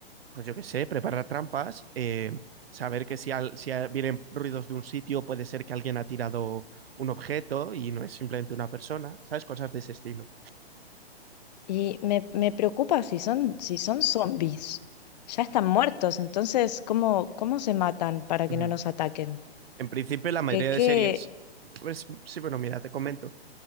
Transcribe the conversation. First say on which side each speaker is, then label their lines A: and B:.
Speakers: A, on the right; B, on the left.
A: pues yo qué sé, preparar trampas, eh, saber que si, al- si a- vienen ruidos de un sitio puede ser que alguien ha tirado un objeto y no es simplemente una persona, ¿sabes? Cosas de ese estilo.
B: Y me, me preocupa si son, si son zombies. Ya están muertos, entonces, ¿cómo, cómo se matan para
A: Ujú.
B: que no nos ataquen?
A: En principio, la mayoría
B: ¿Qué, qué?
A: de series, pues sí, bueno, mira, te comento.